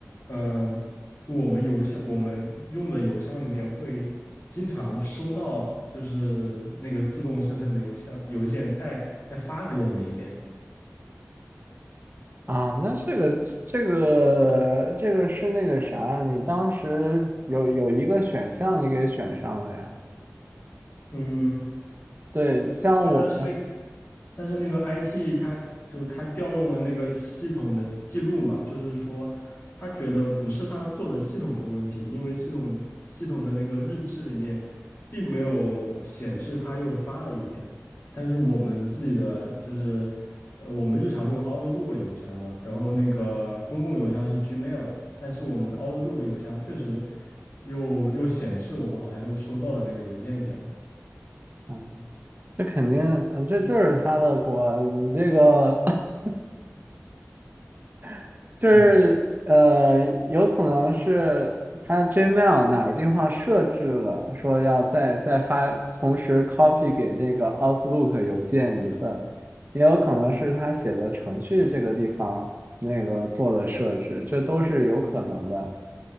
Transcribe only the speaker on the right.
啊，那这个这个这个是那个啥，你当时有有一个选项你给选上了呀？
对，像我们。
嗯。这肯定，嗯，这就是他的锅。你这个 <coughs> <laughs> 就是呃，
有可能是他 Gmail 哪个地方设置了，说要再再发，同时 copy 给那个 Outlook 邮件一份，也有可能是他写的程序这个地方那个做的设置，这都是有可能的。